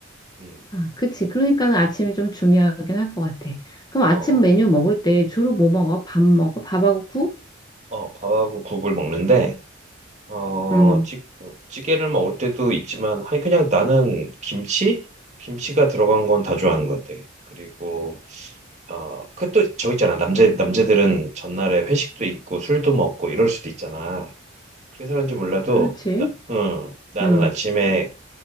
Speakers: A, on the right (about 35°); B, on the left (about 20°).
A: 음,
B: 아, 그치. 그러니까는 아침이
A: 음.
B: 좀 중요하긴 할 것 같아. 그럼
A: 어,
B: 아침 메뉴 먹을 때 주로 뭐 먹어? 밥 먹어? 밥하고 국?
A: 어, 밥하고 국을 먹는데. 어,
B: 음,
A: 찌, 찌개를 먹을 때도 있지만, 아니, 그냥 나는 김치? 김치가 들어간 건 다 좋아하는 것 같아. 그리고, 어, 그 또 저 있잖아. 남자, 남자들은 전날에 회식도 있고, 술도 먹고, 이럴 수도 있잖아. 그래서 그런지 몰라도,
B: 그렇지.
A: 나, 응, 나는
B: 음,
A: 아침에